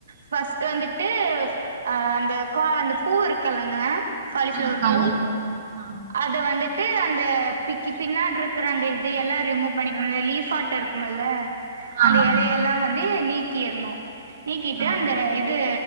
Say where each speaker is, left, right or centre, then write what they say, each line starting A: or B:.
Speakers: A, on the right; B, on the right.
A: ஃபஸ்ட்டு வந்துட்டு அ அந்த கா அந்த பூ இருக்கல்லங்க காலிஃப்ளவர்
B: ஆ காலிஃப்ளவர்
A: பூ
B: ஆ
A: அத் த வந்துட்டு அந்த பிக்கி பின்னாடிருக்குற அந்த இதையெல்லாம் ரிமூவ் பண்ணிக்குணோ அந்த லீஃப்பாட் டெ இருக்குமல்ல அந்த
B: ஆமா
A: எலயெல்லா வந்து நீக்கிர்னூ நீக்கிட்டு
B: ஆ
A: அந்த இது